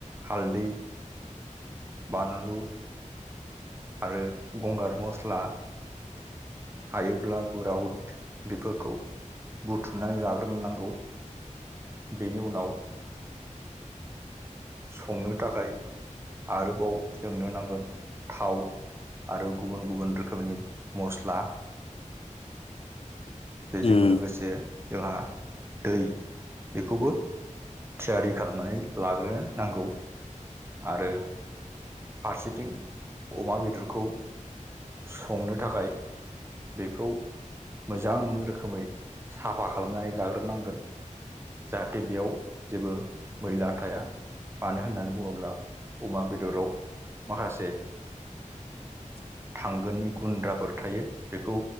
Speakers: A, on the right; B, on the left.
A: हालदै बानलु आरो गंगार मस्ला हायोब्ला बुरा उद बेफोरखौ बुथुमनानै लाग्रोनोनांगौ बेनि उनाव संनो थाखाय आरोबाव जोंनो नांगोन थाव आरो गुबुन गुबुन रोखोमनि मस्ला
B: <inaudible>
A: बेजों
B: उम
A: लोगोसे जोंहा दै बेखौबो थियारि खालामनानै लाग्रोनो नांगौ आरो फारसेथिं अमा बेदरखौ संनो थाखाय बेखौ मोजां रोखोमै साफा खालामनानै लाग्रोनांगोन जाहाथे बेयाव जेबो मैला थाया मानो होननानै बुङोब्ला अमा बेदराव माखासे
B: <inaudible>
A: थांगोननि गुन्द्राफोर थायो बेखौ